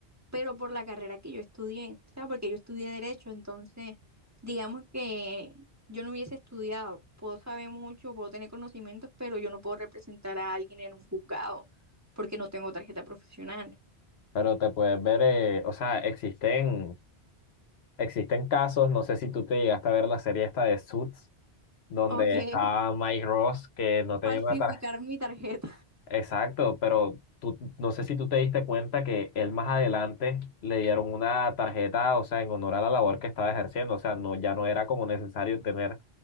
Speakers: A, on the right; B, on the left.
A: pero por la carrera que yo estudié, o sea, porque yo estudié Derecho, entonces, digamos que yo no hubiese estudiado, puedo saber mucho, puedo tener conocimientos, pero yo no puedo representar a alguien en un juzgado, porque no tengo tarjeta profesional.
B: Pero te puedes ver, eh, o sea, existen, existen casos, no sé si tú te llegaste a ver la serie esta de Suits donde
A: O que
B: estaba Mike Ross, que
A: <laughs>
B: no tenía
A: falsificar
B: una tarjeta.
A: mi tarjeta.
B: Exacto, pero tú, no sé si tú te diste cuenta que él más adelante le dieron una tarjeta, o sea, en honor a la labor que estaba ejerciendo. O sea, no, ya no era como necesario tener